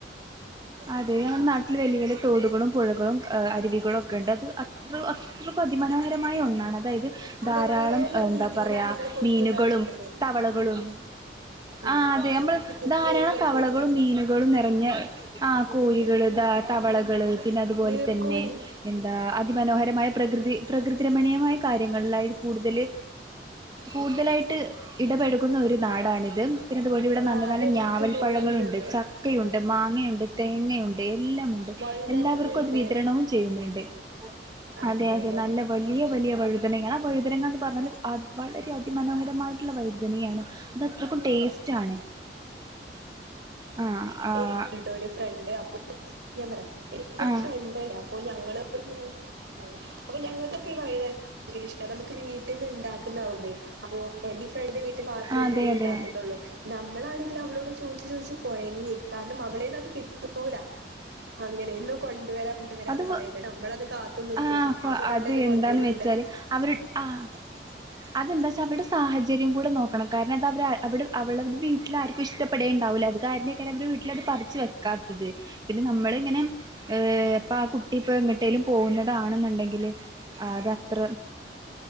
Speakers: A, on the right; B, on the right.
A: അതെ ഞമ്മുടെ നാട്ടിൽ വലിയ വലിയ തോടുകളും പുഴകളും അരുവികളും ഒക്കെ ഉണ്ട് അത് അത്ര അത്രക്ക അതിമനോഹരമായ ഒന്നാണ്ത് അതായത്
B: അതെ
A: ധാരാളം
B: വളരെ നല്ല
A: എന്താ
B: രീതിയിലാണ്
A: പറയാ
B: നിങ്ങൾ കൊണ്ടു
A: മീനുകളും
B: നടക്കുന്നത്
A: തവളകളും
B: ആഹ് ഉം
A: ആ അതെ നമ്മൾ
B: നീർക്കോലികട്ടോ
A: ധാരാളം തവളകളും മീനുകളും നിറ കന്നൃയാ ആ കോഴികള് ധാര - തവളകള് പിന്നെ അതുപോലെതന്നെ
B: നീർക്കോലി
A: എന്താ അത് അതി മനോഹരമായ പ്രകൃതി പ്രകൃതി രമണീയമായ കാര്യങ്ങളിലായിത് കൂടുതൽ കൂടുതലായിട്ട് ഇടപെഴുകുന്ന ഒരു നാടാണിത് പിന്നെ അതുവഴി ഇവിടെ നല്ല
B: ആഹ്
A: നല്ല
B: അതെനിക്കും
A: ഞാവൽപ്പഴങ്ങളുണ്ട്
B: തോന്നിയിട്ടുണ്ട്
A: ചക്കയുണ്ട് മാങ്ങയുണ്ട് തേങ്ങയുണ്ടേ എല്ലാം ഉണ്ട്
B: വഴുതനങ്ങയുണ്ട്
A: എല്ലാവർക്കും അത് വിതരണവും ചെയ്യുന്നുണ്ട്
B: അതെല്ലേ
A: അതെ അതെ നല്ല വലിയ വലിയ വഴുതനങ്ങാണ് ആ വഴുതനങ്ങ എന്ന് പറഞ്ഞാല് വളരെ അതിമനോഹരമായിട്ടുള്ള വഴുതനയാണ് അത് അത്രക്കും ടേസ്റ്റ് ആണ് ആഹ് ആഹ്
B: എനിക്ക്ണ്ടൊഒരു ഫ്രണ്ട് അപ്പോ ഞാൻ പറയാം എനിക്ക് ഒരു
A: ആഹ്
B: ഫ്രണ്ട് ഉണ്ട് അപ്പൊ ഞങ്ങള് മൂന്ന് പേരുണ്ട് അപ്പൊ ഞങ്ങക്ക് ഈ വഴുതനങ്ങ ഭയങ്കരഷ്ട നമക്ക് വീ തിന്ന് ഇണ്ടാക്കി നൗമി അപ്പൊ എന്റെ ഫ്രണ്ട് വീട്ടിൽ മാത്രമേ
A: അതെ
B: വീട്ടിൽ
A: അതെ
B: ഉണ്ടാക്കുന്നുള്ളൂ നമ്മളാണങ്കിൽ അവളോട് ചോദിച്ചു ചോദിച്ചു കോഴഞ് അവതളെന്ന് കിട്ടുല അങ്ങനെ ഒന്നും കൊണ്ട് വരാൻ കൊണ്ടുവരാന്ന്
A: അത്
B: പറയുന്നു നമ്മളത് കാത്തു നിക്കും
A: ആഹ് കൊ
B: ആപ്പൊ വണ്ടക്കെ
A: അത് എന്താന്ന്
B: കൊണ്ടുവരൂല്ല
A: വെച്ചാല് അവര് ആഹ് അതെന്താച്ചാ അവരുടെ സാഹചര്യം കൂടെ നോക്കണം കാരണം അത് അവര് അവരുടെ വീട്ടിൽ ആർക്കും ഇഷ്ടപ്പെടേണ്ടാവൂല്ല അത് കാരണക്ക അവടെ വീട്ടിൽ അത് പറച്ചു വെക്കാത്തത് പിന്നെ നമ്മള് അങ്ങനെ ഏ ആ കുട്ടി ഇപ്പോ എങ്ങട്ടേലും പൊന്ന കാണുന്നുണ്ടകിൽ അതത്ര